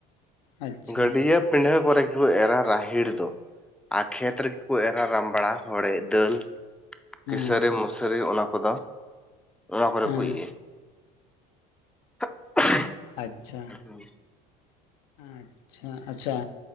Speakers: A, on the left; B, in the centre.
A: ᱟᱪᱪᱷᱟ
B: ᱜᱟᱹᱰᱭᱟᱹ ᱯᱤᱰᱷᱟᱹ ᱠᱚᱨᱮ ᱜᱮ ᱠᱚ ᱮᱨᱟ ᱨᱟᱦᱮᱲ ᱫᱚ ᱟᱨ ᱠᱷᱮᱛ ᱨᱮᱜᱮ ᱠᱚ ᱮᱨᱟ ᱨᱟᱢᱵᱽᱲᱟ ᱦᱚᱲᱮᱡ ᱫᱟᱹᱞ
A: ᱦᱮᱸ
B: ᱠᱤᱥᱟᱹᱨᱤ ᱢᱟᱹᱥᱨᱤ ᱚᱱᱟ ᱠᱚᱫᱚ ᱱᱚᱣᱟ ᱠᱚᱨᱮ
A: ᱦᱮᱸ
B: ᱠᱚ ᱮ <inaudible>
A: ᱟᱪᱪᱷᱟ
B: ᱦᱮᱸ
A: ᱟᱪᱪᱷᱟ ᱟᱪᱪᱷᱟ